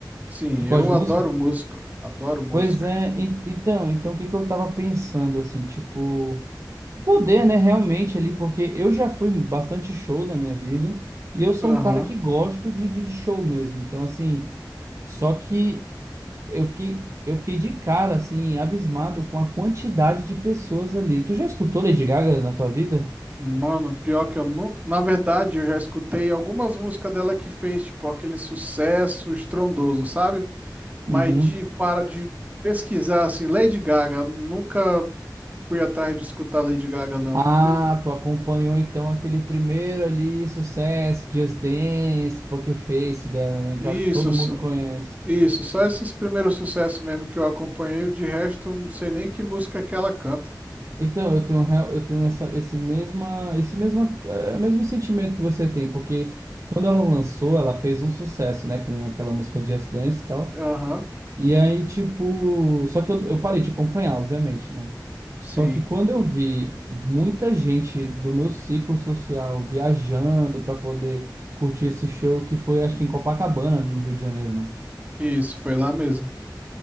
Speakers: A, on the right; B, on the right.
A: Sim,
B: Tu gosta
A: eu
B: de
A: adoro
B: música?
A: música, adoro música.
B: Pois é, en- então, então o que que eu tava pensando, assim, tipo... Poder, né, realmente ali, porque eu já fui bastante show na minha vida. E eu sou
A: Aham.
B: um cara que gosto de, de de show mesmo. Então, assim, só que... Eu fiquei, eu fiquei de cara, assim, abismado com a quantidade de pessoas ali. Tu já escutou Lady Gaga na tua vida?
A: Mano, pior que eu nunca. Na verdade, eu já escutei algumas músicas dela que fez, tipo, aquele sucesso estrondoso, sabe? Mas
B: Uhum.
A: de para de pesquisar assim, Lady Gaga, nunca fui atrás de escutar Lady Gaga, não.
B: Ah,
A: Tu-
B: tu acompanhou então aquele primeiro ali, sucesso, Just Dance, Poker Face dela, né? Que
A: Isso,
B: eu acho que todo
A: só-
B: mundo conhece.
A: isso, só esses primeiros sucessos mesmo que eu acompanhei, de resto eu não sei nem que música é que ela canta.
B: Então, eu tenho, real- eu tenho essa, esse mesma, esse mesma, é, mesmo sentimento que você tem, porque quando ela lançou, ela fez um sucesso, né? Com aquela música Just Dance e tal.
A: Aham,
B: E aí, tipo, só que eu, eu parei de acompanhar, obviamente, né? Só
A: sim,
B: que quando eu vi muita gente do meu ciclo social viajando para poder curtir esse show, que foi, acho que em Copacabana, no Rio de Janeiro, né?
A: isso, foi lá mesmo.